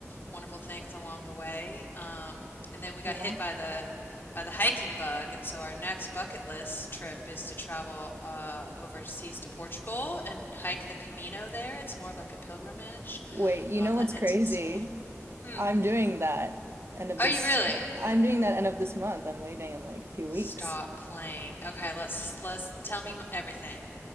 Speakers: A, on the left; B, on the right.
A: wonderful things along the way. Um, and then we got
B: Wow.
A: hit by the by the hiking bug, and so our next bucket list trip is to travel uh, overseas to Portugal and hike the Camino there. It's more of like a pilgrimage
B: Wait, you
A: um,
B: know
A: that
B: what's
A: ends
B: crazy?
A: in Spain. Hmm.
B: I'm doing that end of
A: Oh,
B: this.
A: you really?
B: I'm doing that end of this month. I'm leaving in like a few weeks.
A: Stop playing. Okay, let's let's tell me m- everything.